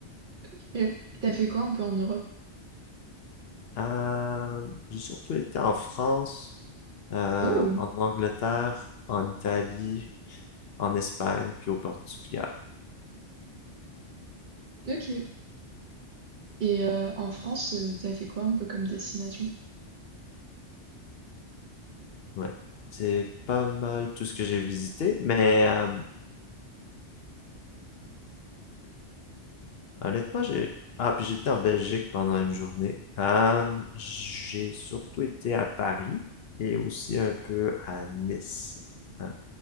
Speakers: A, on the right; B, on the left.
A: Ok. T'as fait quoi un peu en Europe?
B: Euh, j'ai surtout été en France, euh,
A: Oh,
B: en Angleterre, en Italie, en Espagne, puis au Portugal.
A: ok. Et euh, en France, euh, t'as fait quoi un peu comme destination?
B: Ouais, c'est pas mal tout ce que j'ai visité, mais euh, Honnêtement, j'ai... Ah, puis j'étais en Belgique pendant une journée. Euh, j'ai surtout été à Paris et aussi un peu à Nice. Euh,